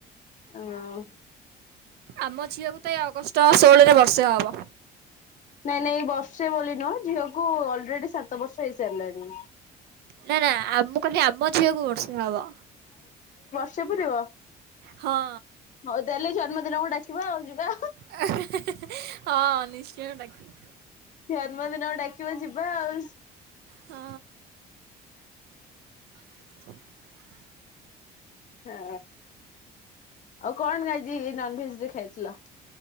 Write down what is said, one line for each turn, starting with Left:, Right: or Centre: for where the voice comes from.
Left: ହଁ।
Right: ଆମ ଝିଅକୁ ତ ଏ ଅଗଷ୍ଟ ଷୋହଳରେ ବର୍ଷେ ହବ।
Left: ନାଇଁ ନାଇଁ ବର୍ଷେ ବୋଲି ନୁହ ଝିଅକୁୁ ଅଲରେଡି ସାତ ବର୍ଷ ହେଇସାରିଲାଣି।
Right: ନା ନା ଆମ ମୁଁ କହିଲି ଆମ ଝିଅକୁ ବର୍ଷେ ହବ।
Left: ସେ ପୁରିବ
Right: ହଁ
Left: ହଉ ତାହାଲେ ଜନ୍ମଦିନକୁ ଡାକିବ ଆଉ ଯିବା
Right: ହି ହି ହିଁ ହଁ ନିଶ୍ଚୟ ଡାକିବି।
Left: ଜନ୍ମଦିନ କୁ ଡାକିବ ଯିବା ଆଉ।
Right: ହଁ। <inaudible>
Left: ହଁ ଆଉ କଣ ଆଜି ନନଭେଜ ରେ ଖାଇଥିଲ?